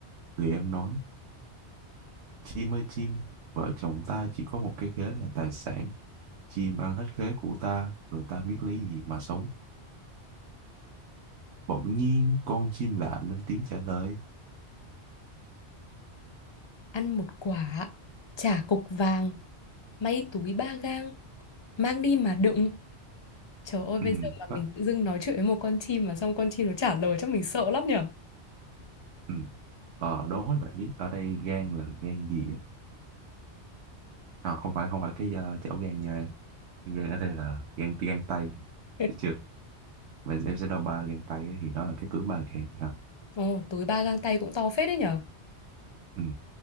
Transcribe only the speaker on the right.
Người em nói, chim ơi chim, vợ chồng ta chỉ có một cây khế là tài sản. Chim ăn hết khế của ta, rồi ta biết lấy gì mà sống. Bỗng nhiên, con chim lạ lên tiếng trả lời.
Ừ,
quá,
ừ. Ờ, đố mấy bạn biết, ở đây gan là gan gì á? À, không phải, không phải cái uh, chảo gan nha. Gan ở đây là gan, gan tay.
Được chưa? Mà em sẽ đo ba gan tay á, thì đó là cái túi ba gan. À,
ừ.